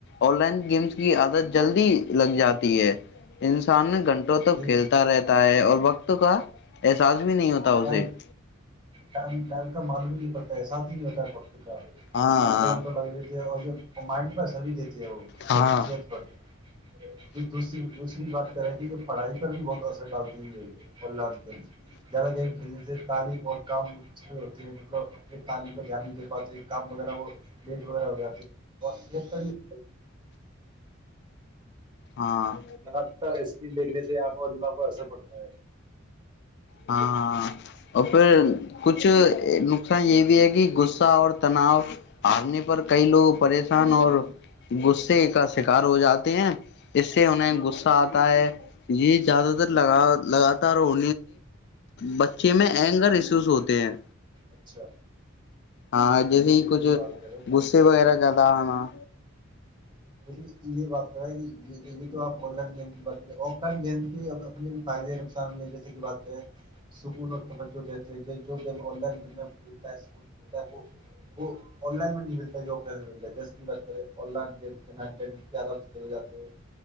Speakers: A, on the left; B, on the right.
A: آن لائن گیمس کی عادت جلدی لگ جاتی ہے انسان گنٹ تو
B: یہی
A: کھیلتا رہتا ہے اور وقت کا احساس بھی نہیں ہوتا تاؤزے
B: ٹائم
A: <inaudible>
B: ٹائم کا معلوم ہی نہیں پڑتا ہے ساتھ ہی نہیں ہوتا ہےڑتا
A: ہاں
B: گھنٹے وھنٹہ لگ جتے ہے اور جو مائنڈ پر سبھی دیتے ہے وہ اس طرح
A: ہاں
B: سے صحت پر دوسری دوسری بات طرح جو پڑھائی کر بھی بہت اثر جی جی اللہظ جرا دن تعم <inaudible> کام بھی ہوتی ہے مطلب ایک تعلیم کا دھیان نہیں دے پاتے کام وغیرہ وہ لیٹ وغیرہ ہو جاتی ہے یہ <inaudible>
A: ہاں
B: لگات تھا اسکم دیکھنے سے آپ اور دماغ پر اثر پڑتا ہے
A: ہاں ہ اور پھر کچھ نقصان یہ بھی ہے کہ غصہ اور تناؤ ہارنے پر کئی لوگ پریشان اور غصے کا شکار ہو جاتے ہیں اس سے انہیں غصہ آتا ہے یہ زیادہ تر لگا لگاتار ہو بچے میں اینگر ایسوس ہوتے ہیں
B: اچھا
A: ہاں جیسے
B: یہ
A: ہی
B: یہی
A: کچھ
B: تو بات کر رہا ہوں
A: غصے وغیرہ زیادہ آ ہاں
B: لیک یہ بات کریں یہ تو آپ آن لائن گم بات کریں آف لائن گیم کی ا اپنے فائدے کے نقصان بھی ہے جیسے کہ بات کریں سکون اور توجہ دیتے ہیں جو گ آن لائن گم متا ہےکتا ہے وہ آن لائن میں نہیں ملتا جو آف لائ ملتا ہے جیسے بات کریں آن لائن رب سے کر جے